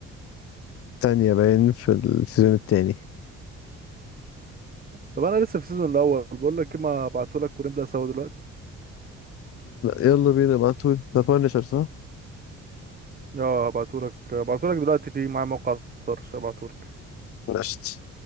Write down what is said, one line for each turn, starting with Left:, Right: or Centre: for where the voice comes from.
Left: الثانيه باين في السيزون الثاني
Right: طب انا لسه في السيزون الاول بقول لك ايه ما ابعتهولك ونبدأ سوا دلوقتي
Left: يلا بينا ابعتوا ذا بانشر صح؟
Right: اه هبعتهولك هبعتهولك دلوقتي في معايا موقع طرش هبعتهولك
Left: نشت